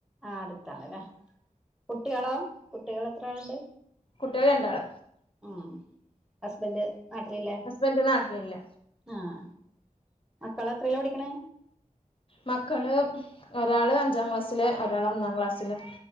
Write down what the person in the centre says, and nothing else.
ആഹ് അട്ത്താണ്ലേ കുട്ട്യാളോ കുട്ടികൾ എത്ര ആള്ണ്ട്
ആഹ് ഹസ്ബൻഡ് നാട്ടിലില്ലേ
ആഹ് മക്കള് എത്രയിലാ പടിക്ക്ണേ